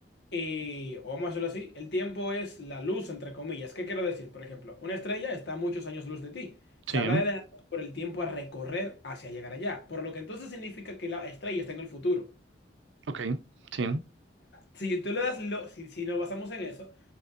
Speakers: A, on the left; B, on the right.
A: eh, o vamos a decirlo así, el tiempo es la luz, entre comillas. ¿Qué quiero decir? Por ejemplo, una estrella está a muchos años luz de ti. Se
B: Sí,
A: habla de la- por el tiempo a recorrer hacia llegar allá, por lo que entonces significa que la estrella está en el futuro.
B: ok, sí,
A: si tú le das, lo- si, si nos basamos en eso,